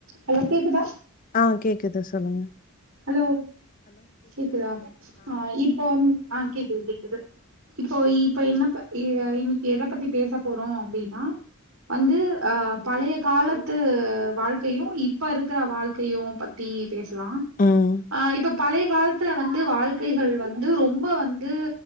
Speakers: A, on the right (about 70°); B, on the left (about 40°).
A: Hello கேக்குதா
B: ஆ கேக்குது சொல்லுங்க
A: ஹலோ கேக்குதா ஆ இப்போ ஆ கேக்குது கேக்குது இப்போ இப்ப என்ன இன்னைக்கு எத பத்தி பேச போறோ அப்டின்னா வந்து அ பழய காலத்து வாழ்க்கையு இப்ப இருக்ற வாழ்க்கையு பத்தி பேசலா
B: ம்.
A: ஆ இப்ப பழய காலத்ல வந்து வாழ்க்கைகள் வந்து ரொம்ப வந்து